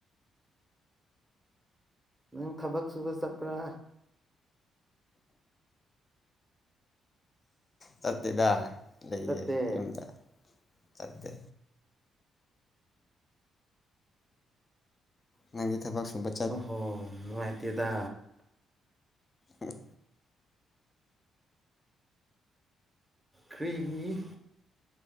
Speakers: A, in the centre; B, on the left.
A: ꯅꯪ ꯊꯕꯛ ꯁꯨꯕ ꯆꯠꯄ꯭ꯔꯥ
B: ꯆꯠꯇꯦꯗꯥ ꯂꯩꯌꯦ
A: ꯆꯠꯇꯦ
B: ꯌꯨꯝꯗ ꯆꯠꯇꯦ ꯅꯪꯗꯤ ꯊꯕꯛ ꯁꯨꯕꯠ
A: ꯑꯣꯍꯣ ꯅꯨꯡꯉꯥꯏꯇꯦꯗ
B: ꯎꯟꯠ
A: ꯀ꯭ꯔꯤꯒꯤ